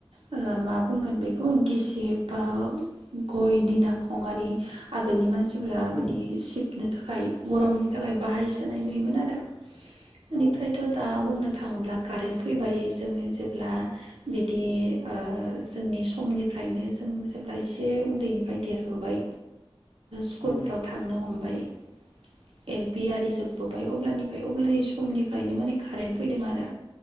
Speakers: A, on the right (about 80°); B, on the right (about 55°).
A: ओ मा बुंगोन बेखौ गिसि बा गय दिना खंआरि आगोलनि मानसि फोरा
B: औ
A: बिदि सिब नो थाखाय गरमनि थाखाय बाहायसोनाय नुयोमोन आरो बेनिफ्रायथ'
B: औ
A: दा मा बुंनो थाङोब्ला कारेन्ट फैबाया जोङो जेब्ला बि बि ओ‌ जोंनि समनिफ्रायनो जों जेब्ला एसे उन्दैनिफ्राय देरबोबाय स्कुलफोराव
B: औ
A: थांनो हम्ब ए एल पि आरि जोबबोबाय अब्लानिफ्राय उन्दै समनिफ्रायनो माने कारेन्ट फैदों आरो